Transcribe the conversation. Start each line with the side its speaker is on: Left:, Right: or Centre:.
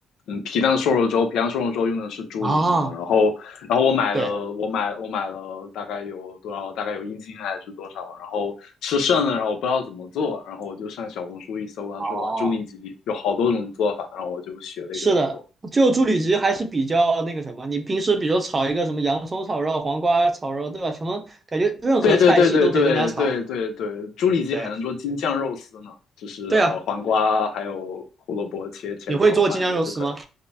Left: 嗯，皮蛋瘦肉粥，皮蛋瘦肉粥用的是猪里脊嘛，
Right: 啊，
Left: 然后然后我买了我买我买了大概有多少，
Right: 对，
Left: 大概有一斤还是多少，然后吃剩了，然后我不知道怎么做，然后我就上小红书一搜，他说哇，
Right: 哦，
Left: 猪里脊有好多种做法，然后我就学了一个去做。
Right: 是的，就猪里脊还是比较那个什么，你平时比如炒一个什么洋葱炒肉、黄瓜炒肉，对吧？什么感觉任何菜系都得跟它炒。
Left: 对对对对对对对对，猪里脊还能做京酱肉丝呢，
Right: 对
Left: 就是呃黄瓜还有胡萝卜切切条拌一下就可以了。
Right: 对啊，你会做京酱肉丝吗？